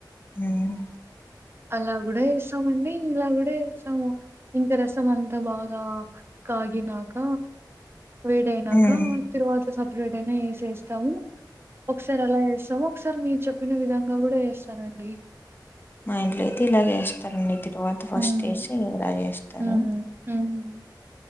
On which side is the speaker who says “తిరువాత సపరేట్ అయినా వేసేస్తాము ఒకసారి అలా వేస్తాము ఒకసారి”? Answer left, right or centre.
Right